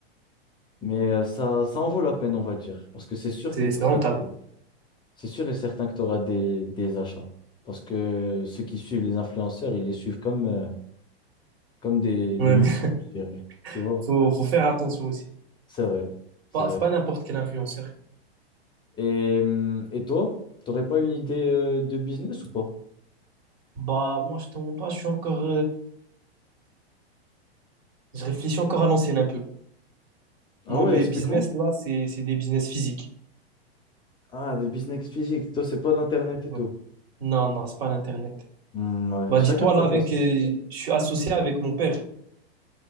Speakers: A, on the left (about 15°); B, on the right (about 70°).
A: mais euh, ça, ça en vaut la peine, on va dire. Parce que c'est sûr
B: C'est
A: que t'auras
B: c'est rentable.
A: des... c'est sûr et certain que tu auras des, des achats. Parce que ceux qui suivent les influenceurs, ils les suivent comme, euh, comme des,
B: Ouais,
A: des moutons,
B: mais <laughs>
A: je dirais. Tu vois?
B: faut, faut faire attention aussi.
A: C'est vrai, c'est
B: Pas,
A: vrai.
B: c'est pas n'importe quel influenceur.
A: Et, hum, et toi, t'aurais pas une idée euh, de business ou pas?
B: Bah, moi, je te mens pas, je suis encore, Je réfléchis encore à l'ancienne un peu.
A: Ah
B: Moi,
A: ouais,
B: mes
A: explique-moi.
B: business, là, c'est c'est des business physiques.
A: Ah, des business physiques, toi, c'est pas l'Internet et
B: Ouais.
A: tout.
B: Non, non, c'est pas l'Internet.
A: Hmm, ouais,
B: Bah,
A: chacun
B: dis-toi,
A: sa
B: là, avec,
A: façon.
B: euh, je suis associé avec mon père.